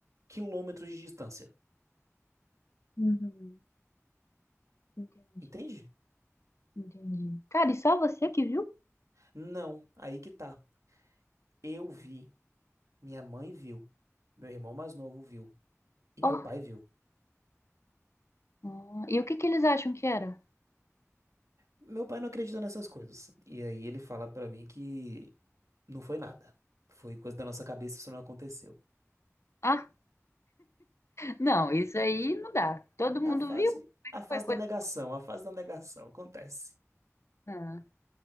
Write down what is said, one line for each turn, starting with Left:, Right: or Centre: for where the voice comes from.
Right: quilômetros de distância.
Left: Uhum. Entendi,
Right: Entende?
Left: entendi. Cara, e só você que viu?
Right: Não, aí que tá. Eu vi, minha mãe viu, meu irmão mais novo viu e
Left: Ó.
Right: meu pai viu.
Left: Ah, E o que que eles acham que era?
Right: Meu pai não acredita nessas coisas. E aí ele fala pra mim que não foi nada. Foi coisa da nossa cabeça, isso não aconteceu.
Left: Ah, não, isso aí não dá. Todo mundo
Right: É a fase,
Left: viu?
Right: a fase
Left: Foi coisa.
Right: da negação, a fase da negação acontece.
Left: Ah,